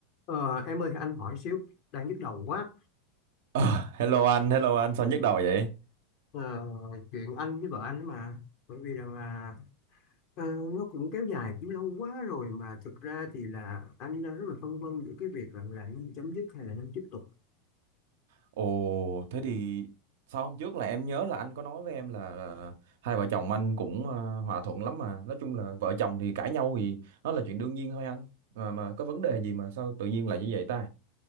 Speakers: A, on the left; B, on the right.
A: Ờ, em ơi anh hỏi xíu đang nhức đầu quá
B: Ờ, hello anh, hello anh, sao nhức đầu vậy?
A: Ờ, chuyện anh với vợ anh đó mà bởi vì rằng là ờ, nó cũng kéo dài cũng lâu quá rồi mà thực ra thì là anh đang rất là phân vân giữa cái việc rằng là nên chấm dứt hay là nên tiếp tục
B: Ồ, thế thì sao hôm trước là em nhớ là anh có nói với em là ờ, hai vợ chồng anh cũng ờ, hòa thuận lắm mà. Nói chung là vợ chồng thì cãi nhau thì nó là chuyện đương nhiên thôi anh. Mà mà có vấn đề gì mà sao tự nhiên lại như vậy ta?